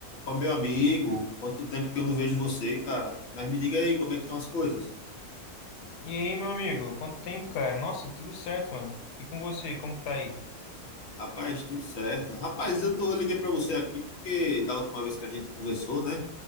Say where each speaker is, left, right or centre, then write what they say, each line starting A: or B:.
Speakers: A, on the left; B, on the left.
A: Ó, meu amigo, quanto tempo que eu não vejo você, cara. Mas me diga aí, como é que estão as coisas?
B: E aí, meu amigo? Quanto tempo, cara? Nossa, tudo certo, mano. E com você, como que tá aí?
A: Rapaz, tudo certo. Rapaz, eu tô, eu liguei pra você aqui porque da última vez que a gente conversou, né?